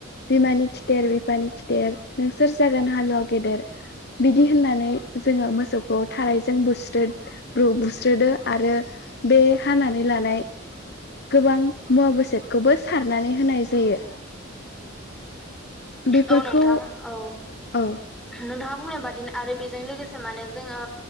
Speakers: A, on the left (about 55°); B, in the centre.
A: बिमानि खिथेर बिफानि खिथेर नोंसोर जागोन हालुवा गेदेर बिदि होननानै जोङो मोसौखौ थारायजों बुस्रोद बु स्रोदो आरो बे हानानै लानाय गोबां मुवा बेसाद खौबो सारनानै होनाय जायो। बेफोरखौ
B: औ नोंथां औ
A: औ
B: नोंथाङा बुंनाय बादिनो आरो बे बेजों लोगोसे माने जोङो